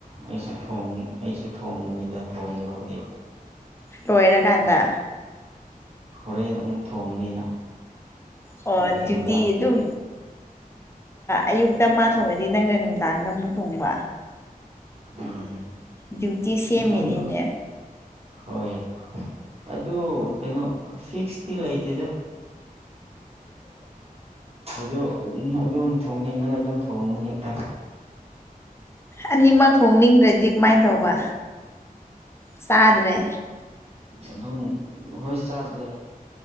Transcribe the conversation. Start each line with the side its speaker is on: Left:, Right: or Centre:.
Right: ꯑꯩꯁꯨ ꯑꯩꯁꯨ ꯊꯣꯡꯕꯅꯤꯗ ꯊꯣꯡꯕꯕꯨꯗꯤ
Left: ꯀꯣꯏꯔ ꯀꯥꯟꯗ
Right: ꯍꯣꯔꯦꯟ ꯑꯃꯨꯛ ꯊꯣꯡꯉꯅꯤꯅ
Left: ꯑꯣ
Right: ꯅꯨꯡꯊꯤꯜꯗ
Left: ꯑꯗꯨꯗꯤ ꯑꯗꯨꯝ ꯑꯌꯨꯛꯇ ꯃꯥ ꯊꯣꯡꯉꯗꯤ ꯅꯪꯅ ꯅꯨꯡꯗꯥꯡꯗ ꯑꯃꯨꯛ ꯊꯣꯡꯕ
Right: ꯎꯝ
Left: ꯗ꯭ꯌꯨꯇꯤ ꯁꯦꯝꯃꯤꯅꯤꯅꯦ
Right: ꯑꯗꯨꯝ ꯍꯣꯏ ꯑꯗꯨ ꯀꯩꯅꯣ ꯁꯤꯛꯁ ꯅꯨꯄꯤ ꯂꯩꯇꯦꯗ ꯑꯗꯨ ꯑꯗꯨꯝ ꯊꯣꯡꯅꯤꯡꯕꯅ ꯑꯗꯨꯝ ꯊꯣꯡꯕꯅ ꯍꯦꯛꯇ
Left: ꯑꯅꯤꯃꯛ ꯊꯣꯡꯅꯤꯡꯗ꯭ꯔꯗꯤ ꯀꯃꯥꯏꯅ ꯇꯧꯕ ꯆꯥꯗ꯭ꯔꯦ
Right: ꯑꯗꯨꯝ ꯍꯣꯏ ꯆꯥꯗ꯭ꯔꯦ